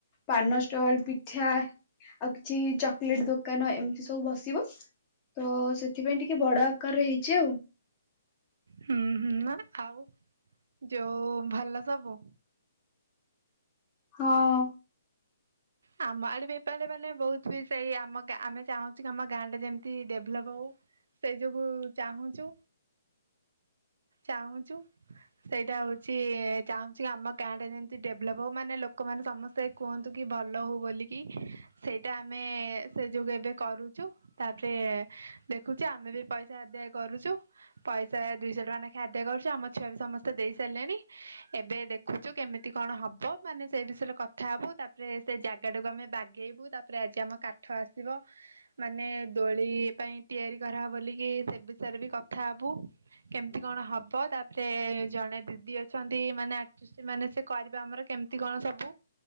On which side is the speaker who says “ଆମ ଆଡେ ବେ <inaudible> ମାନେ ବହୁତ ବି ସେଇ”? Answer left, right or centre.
Right